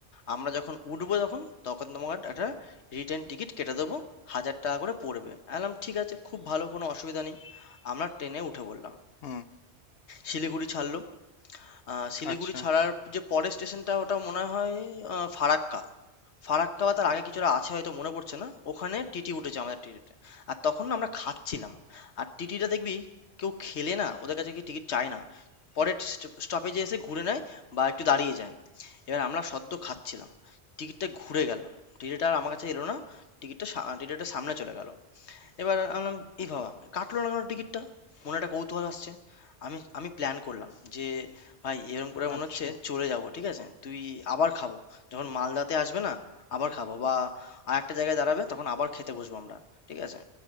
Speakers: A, on the left (about 85°); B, on the left (about 65°).
A: আমরা যখন উঠবো তখন তখন তোমাকে একটা রিটার্ন টিকিট কেটে দেবো হাজার টাকা করে পড়বে আমি বললাম ঠিক আছে খুব ভালো কোনো অসুবিধা নেই আমরা ট্রেনে উঠে পড়লাম
B: হুম
A: শিলিগুড়ি ছাড়লো আ শিলিগুড়ি
B: আচ্ছা
A: ছাড়ার যে পরের স্টেশনটা ওটা মনে হয় আ ফারাক্কা। ফারাক্কা বা তার আগে কিছুটা আছে হয়তো মনে পড়ছে না। ওখানে টিটি উঠেছে আমাদের টিটিতে। আর তখন না আমরা খাচ্ছিলাম। আর টিটিটা দেখবি কেউ খেলে না ওদের কাছে গিয়ে টিকিট চায় না। পরের স্ট স্টপেজে এসে ঘুরে নেয় বা একটু দাঁড়িয়ে যায়। এবার আমরা সদ্য খাচ্ছিলাম। টিকিটটা ঘুরে গেল। টিটিটা আর আমার কাছে এলো না। টিকিটটা সা টিটিটা সামনে চলে গেল। এবার আমি বললাম এ বাবা কাটলো না কেন টিকিটটা মনে একটা কৌতূহল আসছে আমি আমি প্ল্যান করলাম যে ভাই এরকম করে মনে
B: আচ্ছা
A: হচ্ছে চলে যাব ঠিক আছে তুই আবার খাবো যখন মালদাতে আসবে না আবার খাবো বা আর একটা জায়গায় দাঁড়াবে তখন আবার খেতে বসবো আমরা ঠিক আছে